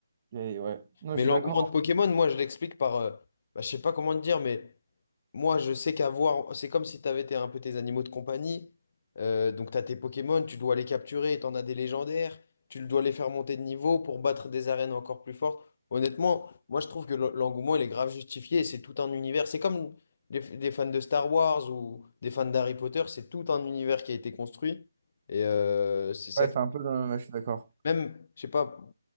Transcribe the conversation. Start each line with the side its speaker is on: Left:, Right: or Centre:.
Right: et ouais. Non,
Left: Mais
Right: je suis
Left: l'engouement
Right: d'accord.
Left: de Pokémon, moi, je l'explique par. euh, bah, je sais pas comment te dire, mais moi, je sais qu'avoir. C'est comme si tu avais un peu tes animaux de compagnie. Euh, donc, tu as tes Pokémon, tu dois les capturer, tu en as des légendaires. Tu dois les faire monter de niveau pour battre des arènes encore plus fortes. Honnêtement, moi, je trouve que l- l'engouement, il est grave justifié. et C'est tout un univers. C'est comme les, les fans de Star Wars ou des fans d'Harry Potter. C'est tout un univers qui a été construit. Et euh, c'est ça
Right: Ouais, c'est
Left: qui.
Right: un peu dans le même- je suis d'accord.
Left: Même, je sais pas,